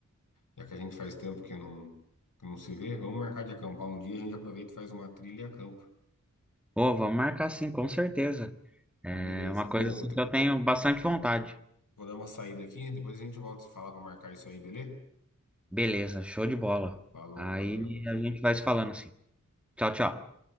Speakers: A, on the left; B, in the centre.
A: já que a gente faz tempo que não, que não se vê, vamos marcar de acampar um dia, a gente aproveita e faz uma trilha e acampa.
B: ô, vamos marcar sim, com certeza. É
A: Então, beleza.
B: uma coisa
A: Vou,
B: assim
A: vou, ter-
B: que eu tenho bastante vontade.
A: vou dar uma saída aqui, depois a gente volta a se falar para marcar isso aí, beleza?
B: Beleza, show de bola.
A: Falou,
B: Aí
A: valeu.
B: a gente vai se falando assim. Tchau, tchau.